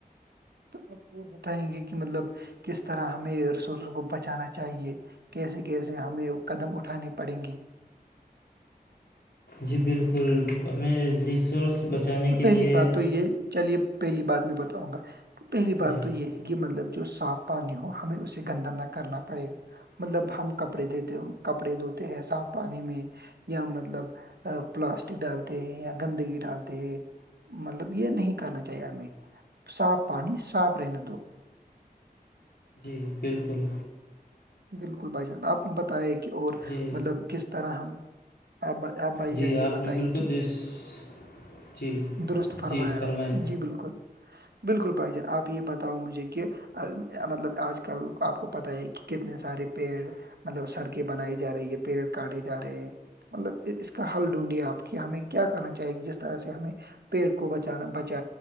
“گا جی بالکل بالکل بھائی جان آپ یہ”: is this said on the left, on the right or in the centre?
Right